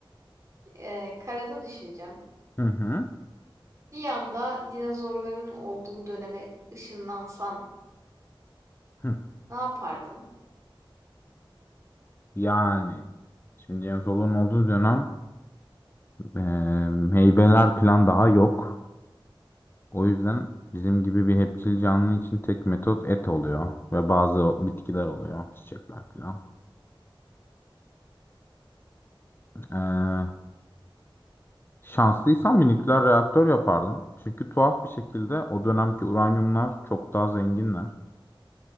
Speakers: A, on the right; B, on the left.
A: e, karada düşüneceğim.
B: Hı hı.
A: Bir yanda dinozorların olduğu döneme ışınlansan
B: Hı
A: ne yapardın?
B: Yani şimdi James Hollo'nun olduğu dönem e, meyveler plan daha yok. O yüzden bizim gibi bir hepçil canlı için tek metot et oluyor ve bazı bitkiler oluyor, çiçekler falan. E, şanslıysam bir nükleer reaktör yapardım. Çünkü tuhaf bir şekilde o dönemki uranyumlar çok daha zenginler.